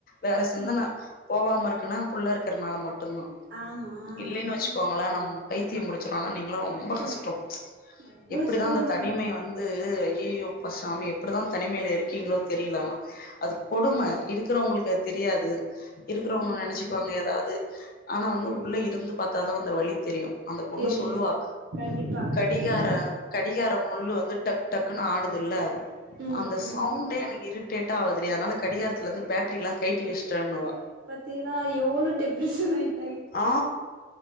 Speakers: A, on the left (about 50°); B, on the right (about 65°).
A: வேற சிந்தன
B: ம்
A: போவாம இருக்குனா புள்ள இருக்கறனால மட்டுதா
B: ஆமா
A: இல்லைன்னு வச்சுக்கோங்களே
B: ம்
A: நம் பைத்தியம் முடிச்சிரு ஆனா நீ ங்ளா ரொம்ப
B: புடிச்சிரு
A: கஷ்டொ
B: ரொம்ப
A: எப்டிதா
B: கஷ்டந்தே
A: அந்த தனிமை வ வந்து ஐய்யயோ அப்பா சாமி எப்டிதா தனிமைல இருக்கீங்ளோ தெரில ஆனா அது கொடும
B: ம்
A: இருக்குறவங்களுக்கு அது தெரியாது இருக்குறவங்க
B: ம்
A: என்ற நெனச்சிக்குவாங்க
B: ம்
A: எதாவ்து ஆனா வந்து உள்ள இருந்து பாத்தா தா அந்த வழி தெரியு அந்தப் பொண்ணு
B: தெரியு
A: சொல்லுவா
B: கண்டிப்பா கண்டிப்பா
A: கடிகார கடிகார முள்ளு வந்து டக் டக்குன்னு ஆடுதுல்ல
B: ம்
A: அந்த
B: ம்
A: சௌண்டே எனக் டேட்டா ஆவ்துடீ அதுனால காடிகாரத்துலேந்து பேட்ரிலா கய்ட்டி வச்ட்டன்னுவா
B: பாத்தீனா எவ்ளோ டிப்ரெஷன் ஆயிட்
A: ஆ